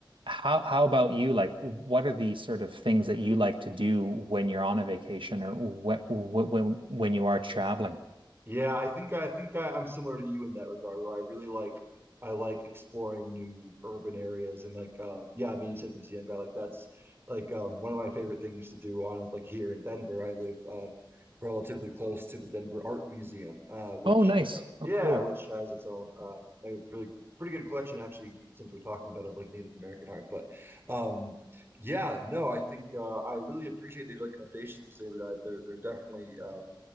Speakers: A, on the right; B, on the right.
A: how how about you? Like, what are the sort of things that you like to do when you're on a vacation or what, what when when you are traveling?
B: Yeah, I think I think I, I'm similar to you in that regard, where I really like I like exploring new urban areas and like um, yeah, I mean you said museum guy, like that's like um, one of my favorite things to do on like here in Denver. I live um, relatively close to the Denver Art Museum, uh, which
A: Oh, nice.
B: you know
A: Oh,
B: yeah,
A: cool.
B: which has its own um, a really pretty good collection actually, since we're talking about of like Native American art, but um, yeah, no, I think uh, I really appreciate these recommendations, David. I, they're they're definitely. Um,